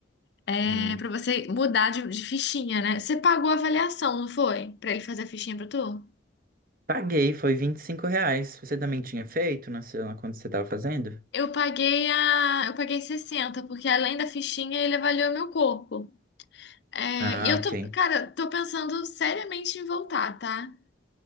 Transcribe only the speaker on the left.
É,
para você mudar de, de fichinha, né? Você pagou a avaliação, não foi? Pra ele fazer a fichinha pra tu?
Eu paguei a, eu paguei 60 porque além da fichinha ele avaliou meu corpo. É,
e eu tô,
cara, tô pensando seriamente em voltar, tá?